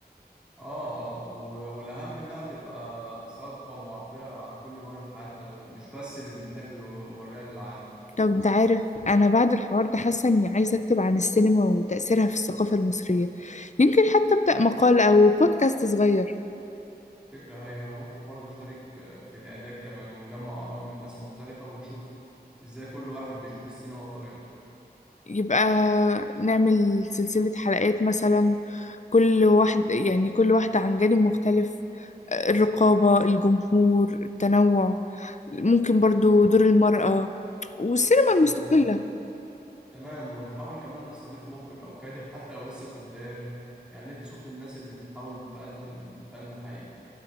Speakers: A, in the centre; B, on the left.
A: اه اه و- والاهم انها تبقى صادقة ومعبرة عن كل جوانب حياتنا مش بس اللي بنحب نوريها للعالم
B: طب أنت عارف أنا بعد الحوار ده حاسة إني عايزة أكتب عن السينما وتأثيرها في الثقافة المصرية يمكن حتى أبدأ مقال أو بودكاست صغير
A: فكرة هايلة انا ممكن برضه اشارك في الاعداد كمان ونجمع اراء من ناس مختلفة ونشوف ازاي كل واحد بيشوف السينما بطريقته
B: يبقى نعمل سلسلة حلقات مثلا كل واحد يعني كل واحدة عن جانب مختلف الرقابة الجمهور التنوع ممكن برضو دور المرأة والسينما المستقلة
A: تمام تمام ونحاول كمان نستضيف مخرج او كاتب حتى لو لسه في بداياته يعني ندي صوت للناس اللي بتحاول تقدم فن حقيقي